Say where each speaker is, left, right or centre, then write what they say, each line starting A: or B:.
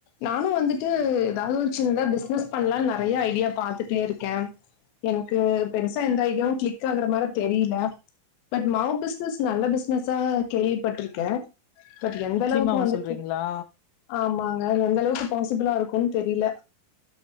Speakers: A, on the left (about 60°); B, on the left (about 90°).
A: நானு வந்துட்டு ஏதாவது ஒரு சின்னதா பிசினஸ் பண்ணலானு நறைய ஐடியா பாத்துட்டே இருக்கே எனக்கு பெருசா எந்த ஐடியாவு கிளிக் ஆகுற மாரி தெரியல பட் மாவு பிஸ்னஸ் நல்ல பிஸ்னஸா கேள்விப்பட்டிருக்கே எந்த
B: இட்லி
A: அளவுக்கு
B: மாவு
A: வந்துட்டு
B: சொல்றீங்களா
A: ஆமாங்க எந்த அளவுக்கு பாசிபிளா இருக்குன்னு தெரியல